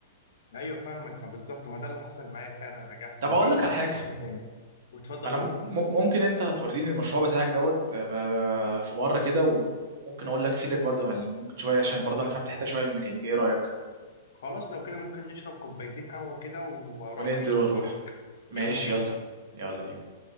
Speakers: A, on the left; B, on the right.
A: ايوه فاهمك ما بالظبط ما ده اللي حصل معايا فعلا رجعت
B: طب
A: المعيده
B: اقول لك
A: من
B: على حاجه
A: قسم تاني واتفضل
B: ما انا
A: قول
B: م- م- ممكن انت توريني المشروع بتاعك دوت آه، ب- في مره كده وممكن اقول لك افيدك برضه يعني ممكن شويه عشان برضه انا فهمت حته شويه من الميكانيكا ايه رايك
A: خلاص لو كده ممكن نشرب كوبايتين قهوه كده واروح
B: وننزل
A: اجيب واجيلك
B: ونروح ماشي
A: يلا بينا
B: يلا يلا بينا